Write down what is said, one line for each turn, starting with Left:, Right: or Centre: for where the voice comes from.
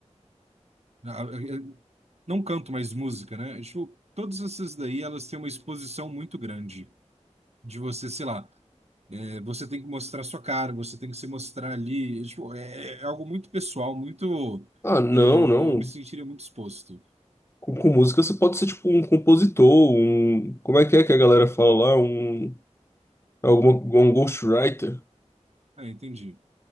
Right: Ah, eh, eh, Não canto mais música, né? Tipo, todas essas daí, elas têm uma exposição muito grande. De você, sei lá, eh, você tem que mostrar sua cara, você tem que se mostrar ali. é, Tipo, é, é algo muito pessoal, muito.
Left: Ah, não,
Right: eh,
Left: não.
Right: eu me sentiria muito exposto.
Left: Com, com música você pode ser tipo um compositor, um. Como é que é que a galera fala lá? Um. é Alguma, um ghostwriter,
Right: Ah, entendi.